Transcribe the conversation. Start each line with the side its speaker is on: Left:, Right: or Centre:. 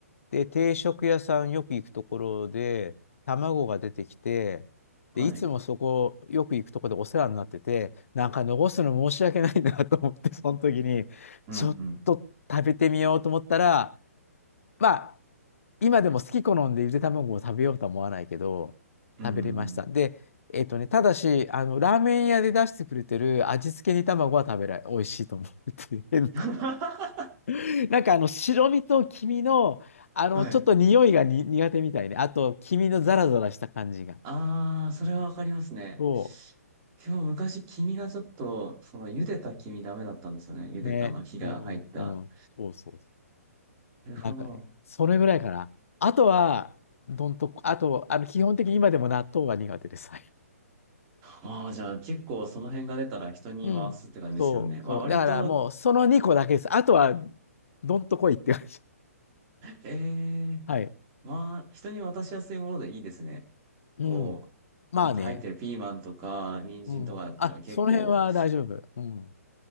Left: で、定食屋さんよく行くところで、卵が出てきて、
Right: はい。
Left: で、いつもそこ、よく行くところでお世話になってて、なんか残すの申し訳ないなと思って、その時に、
Right: うんうん。
Left: ちょっと食べてみようと思ったら、まあ、今でも好き好んでゆで卵を食べようとは思わないけど、
Right: うんうん。
Left: 食べれました。で、えっとね、ただし、あの、ラーメン屋で出してくれてる味付け煮卵は食べられ、美味しいと思うっていうな。
Right: <laughs>
Left: <laughs> なんかあの、白身と黄身の、あの、
Right: はい。
Left: ちょっと匂いがに苦手みたいね。あと、黄身のザラザラした感じが。
Right: ああ、それはわかりますね。
Left: うんそ
Right: 今日昔、黄身がちょっと、その、茹でた黄身ダメだったんですよね。茹でたあの、
Left: う。ね。
Right: 火が入った。
Left: うん、うん。そうそ
Right: なるほど。
Left: う。なんかね、それぐらいかな。あとは、どんとこ、あと、あの、基本的に今でも納豆は苦手です。
Right: ああ、じゃあ結構その辺が出たら人に回すって感じですよね。
Left: うん。そう、
Right: まあ割と、
Left: そう。だからもう、その2個だけです。あとは、どんと来いって感じ。
Right: ええ
Left: <laughs> はい。
Right: まあ人に渡しやすいものでいいですね。
Left: うん。
Right: こう、
Left: まあね。
Right: なんか入ってるピーマンとか、人参とかだったら結構、
Left: うん。あ、その辺は大丈夫。うん。